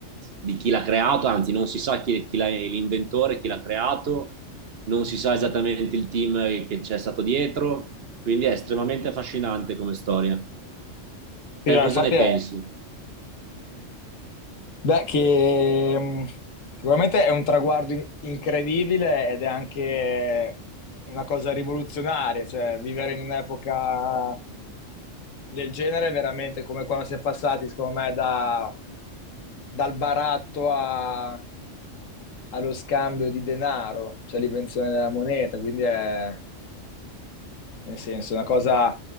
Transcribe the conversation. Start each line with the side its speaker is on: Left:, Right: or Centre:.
Right: di chi l'ha creato, anzi non si sa chi, chi l'ha- l'inventore, chi l'ha creato non si sa esattamente il team che c'è stato dietro, quindi è estremamente affascinante come storia.
Left: Sì,
Right: Te
Left: no, infatti
Right: cosa ne
Left: è...
Right: pensi?
Left: Beh, che mh, sicuramente è un traguardo in- incredibile ed è anche una cosa rivoluzionaria, cioè vivere in un'epoca del genere è veramente come quando si è passati, secondo me, da dal baratto a- allo scambio di denaro, cioè l'invenzione della moneta, quindi è, nel senso, una cosa